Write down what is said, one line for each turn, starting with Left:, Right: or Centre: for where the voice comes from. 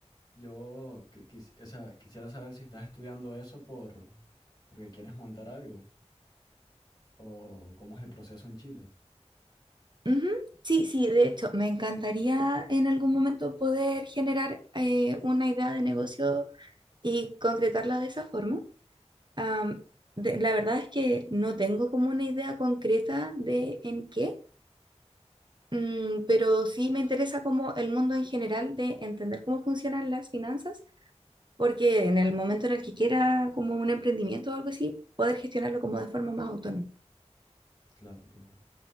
Left: yo qui- quis- o sea, quisiera saber si estás estudiando eso por porque quieres montar algo o cómo es el proceso en Chile.
Right: Ujú. Sí, sí, de hecho, me encantaría en algún momento poder generar eh, una idea de negocio y concretarla de esa forma. Am, de- la verdad es que no tengo como una idea concreta de en qué, mm, pero sí me interesa como el mundo en general de entender cómo funcionan las finanzas, porque en el momento en el que quiera como un emprendimiento o algo así, poder gestionarlo como de forma más autónoma.
Left: Claro, claro.